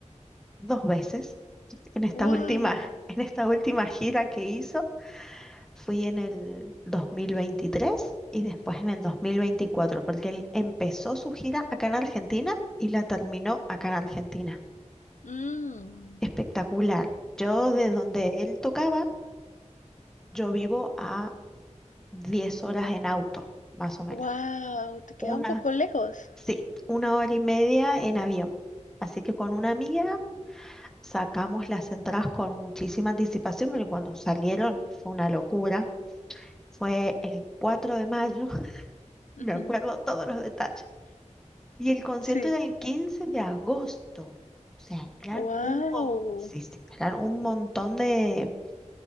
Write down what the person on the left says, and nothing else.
Wow.
Mm.
Wow, te queda
un poco lejos.
Ujú.
Sí.
Wow.